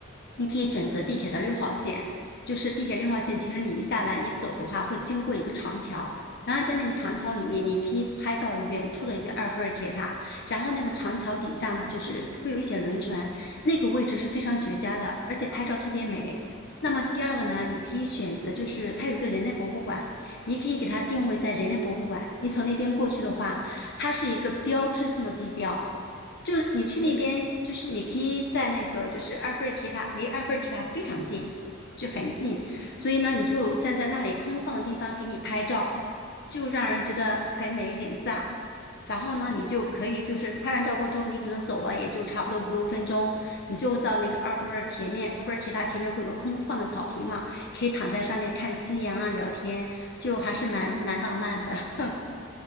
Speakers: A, on the left (about 55°); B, on the right (about 60°).
A: 你可以选择地铁的六号线，
B: 嗯
A: 就是地铁六号线。其实你一下来，你走的话会经过一个长桥，然后在那个长桥里面，你可以拍到远处的一个埃菲尔铁塔。然后那个长桥底下呢，就是会有一些轮船，那个位置是非常绝佳的，而且拍照特别美。那么第二个呢，你可以选择就是它有一个人类博物馆。你可以给它定位在人类博物馆。你从那边过去的话，它是一个标志性的地标。就是你去那边，
B: 嗯
A: 就是你可以在那个就是埃菲尔铁塔，离埃菲尔铁塔非常近，就很近。所以呢，你就站在那里空旷的地方给你拍照，就让人觉得很美很飒。然后呢，你就可以就是拍完照过之后，
B: 嗯。
A: 你可能走了也就差不多五六分钟，你就到那个埃菲尔前面，埃菲尔铁塔前面会有个空旷的草坪嘛，可以躺在上面看夕阳啊，聊天，就还是蛮蛮浪漫的。<laughs>